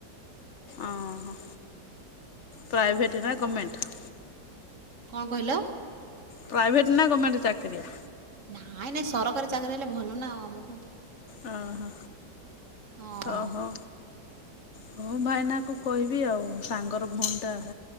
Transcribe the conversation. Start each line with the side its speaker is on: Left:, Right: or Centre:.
Left: ଓହୋ। ପ୍ରାଇଭେଟ୍
Right: ହଁ
Left: ନା ଗଭର୍ମେଣ୍ଟ?
Right: କଣ କହିଲ?
Left: ପ୍ରାଇଭେଟ୍ ନା ଗର୍ମେଣ୍ଟ ଚାକିରିଆ?
Right: ନାଇଁ ନାଇଁ ସରକାରୀ ଚାକିରି ହେଲେ ଭଲ ନା ଆଉ ଆମକୁ।
Left: ଓହୋ
Right: ହଁ
Left: ଓ ହଉ। ହଁ ଭାଇନାକୁ କହିବି ଆଉ ସାଙ୍ଗର ଭଉଣୀଟା